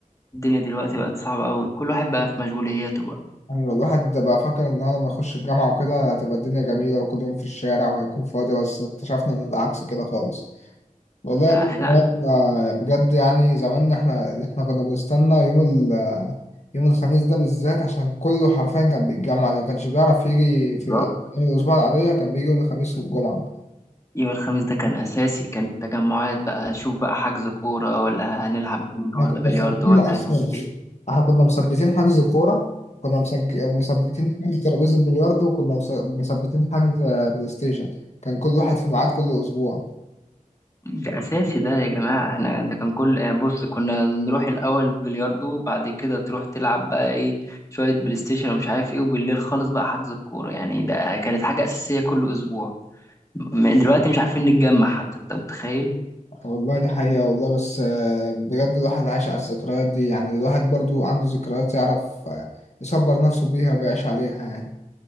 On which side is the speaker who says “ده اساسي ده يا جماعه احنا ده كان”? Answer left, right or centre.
Left